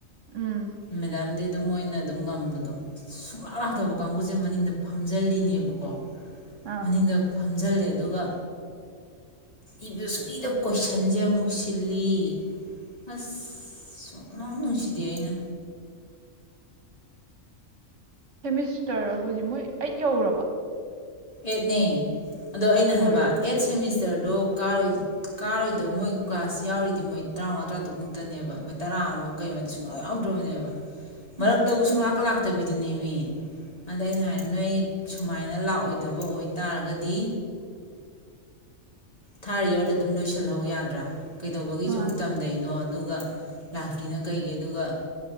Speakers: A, on the right (about 65°); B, on the left (about 30°).
A: ꯎꯝ
B: ꯃꯦꯗꯥꯝꯗ ꯑꯗꯨ ꯃꯣꯏꯅ ꯑꯗꯨꯝ ꯉꯝꯕꯗꯣ ꯁꯨꯡꯂꯥꯛ ꯂꯥꯛꯇꯕ ꯀꯥꯡꯕꯨꯁꯦ ꯃꯅꯤꯡꯗ ꯐꯝꯖꯤꯜꯂꯤꯅꯦꯕꯀꯣ
A: ꯑꯥ
B: ꯃꯅꯤꯡꯒꯛ ꯐꯝꯖꯤꯜꯂꯦ ꯑꯗꯨꯒ ꯏꯕꯗ ꯁꯨꯡ ꯏꯗꯕ ꯀꯣꯏꯁꯟꯁꯦ ꯑꯃꯨꯛ ꯁꯤꯜꯂꯤ ꯑꯁ ꯁꯨꯡꯅꯥꯧ ꯅꯨꯡꯁꯤꯗꯦ ꯑꯩꯅ
A: ꯁꯦꯃꯤꯁꯇꯔ ꯍꯧꯖꯤꯛ ꯃꯣꯏ ꯑꯩꯠ ꯌꯧꯈ꯭ꯔꯕ
B: ꯑꯦꯠꯅꯦꯅꯦ ꯑꯗꯣ ꯑꯩꯅ
A: ꯂꯣꯏꯗ꯭ꯔꯤ
B: ꯍꯥꯏꯕ ꯑꯦꯠ ꯁꯦꯃꯤꯁ ꯁꯇꯔꯗꯣ ꯀꯥꯔꯣꯏ ꯀꯥꯔꯣꯏꯗꯕ ꯃꯣꯏꯒꯤ ꯀ꯭ꯂꯥꯁ ꯌꯥꯎꯔꯤꯗꯤ ꯃꯣꯏ ꯇꯔꯥꯃꯉꯥ ꯇꯔꯥ ꯇꯨꯛꯃꯨꯛꯇꯅꯦꯕ ꯃꯣꯏ ꯇꯔꯥꯃꯨꯛ ꯀꯩꯃ ꯁꯨꯡꯌꯥꯥꯎ ꯌꯥꯎꯗ꯭ꯔꯕꯅꯦꯕ
A: ꯎꯝ
B: ꯃꯔꯛꯇꯕꯨ
A: ꯎꯝ
B: ꯁꯨꯡꯅꯥꯥꯛꯀ ꯂꯥꯛꯇꯕꯤ ꯑꯗꯨꯅꯦꯃꯤ ꯑꯗ ꯑꯩꯅ ꯍꯥꯏꯔꯦ ꯅꯣꯏ ꯁꯨꯃꯥꯏꯅ ꯂꯥꯛꯑꯣꯏ ꯗꯕ ꯑꯣꯏꯇꯥꯔꯒꯗꯤ ꯊꯥꯔ ꯌꯌꯥꯔꯗ ꯑꯗꯨꯝ ꯂꯣꯏꯁꯤꯜꯍꯧ ꯌꯥꯗ꯭ꯔꯥ ꯀꯩꯗꯧꯕꯒꯤꯁꯨꯨꯛ
A: ꯃꯥꯅꯦ
B: ꯇꯝꯗꯩꯅꯣ ꯑꯗꯨꯒ ꯂꯥꯛꯇ꯭ꯔꯤꯅꯣ ꯀꯩꯒꯤ ꯑꯗꯨꯒ